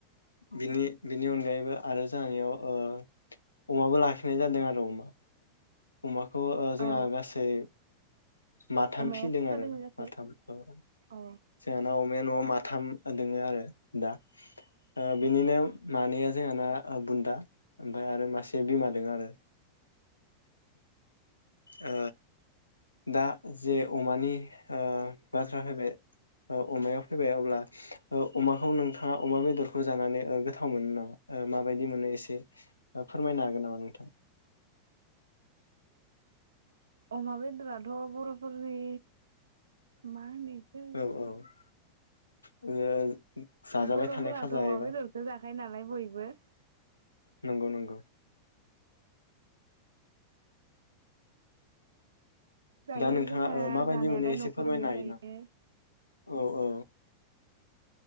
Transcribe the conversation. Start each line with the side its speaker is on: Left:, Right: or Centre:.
Left: बिनि बिनि अनगायैबो आरो जोहानियाव ओ अमाबो लाखिनाय जादों आरो अमा। अमा। खौ ओ
Right: औ
Left: जोंहा गासै माथाम
Right: अमाया
Left: फिनदों
Right: खैथा
Left: आरो
Right: दोङो गासै?
Left: माथाम औ जोंहाना
Right: अ
Left: अमाया न'आव मा थाम दङो आरो दा। ओ बिनिनो मानैया जोंहाना ओ बुन्दा ओमफ्राय आरो मासे बिमा दों आरो। ओ दा जे अमानि ओ बाथ्रा फैबाय ओ अमाया फैबाय अब्ला ओ अमाखौ नोंथाङा अमा बेदरखौ जानानै ओ गोथाव मोनो नामा ओ माबायदि मोनो एसे ओ फोरमायनो हागोन नामा नोंथाङा।
Right: अमा बेदराथ' बर'फोरनि मा होनो इखो
Left: औ औ। <unintelligible> जाजाबाय
Right: बर'फोराथ'
Left: थानाय खाजा
Right: अमा
Left: एबा
Right: बेदरखौ जाखायो नालाय बय बो।
Left: नंगौ नंगौ।
Right: जायो
Left: दा नोंथाङा
Right: जोंहा
Left: ओ माबायदि
Right: जानायालाय
Left: मोनो एसे
Right: न'खरैनो
Left: फोरमायनो हायो
Right: जायो।
Left: ना औ औ।